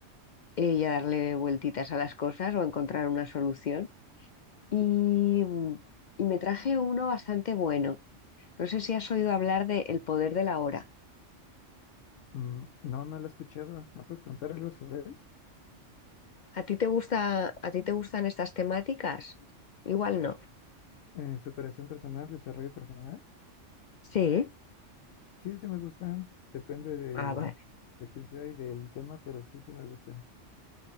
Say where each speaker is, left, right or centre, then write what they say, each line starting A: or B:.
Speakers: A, on the left; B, on the left.
A: eh, y a darle vueltitas a las cosas o a encontrar una solución. y, mm, y me traje uno bastante bueno. No sé si has oído hablar de El poder de la hora.
B: Mm, no, no la he escuchado. ¿Me puedes contar algo sobre él?
A: ¿A ti te gusta, a ti te gustan estas temáticas? Igual no.
B: Eh, superación personal, desarrollo personal.
A: Sí.
B: Sí, sí me gustan. Depende de,
A: Ah, vale.
B: de quién sea y del tema, pero sí, sí me gustan.